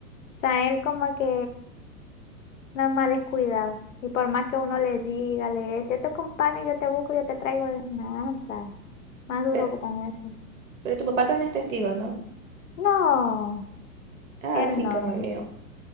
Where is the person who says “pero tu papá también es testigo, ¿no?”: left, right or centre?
Right